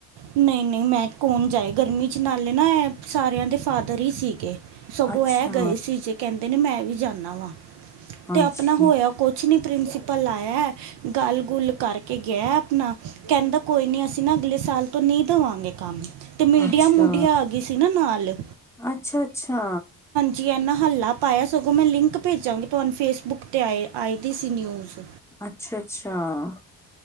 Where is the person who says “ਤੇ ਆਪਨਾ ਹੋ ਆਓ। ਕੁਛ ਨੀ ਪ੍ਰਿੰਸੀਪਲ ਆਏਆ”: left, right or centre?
Right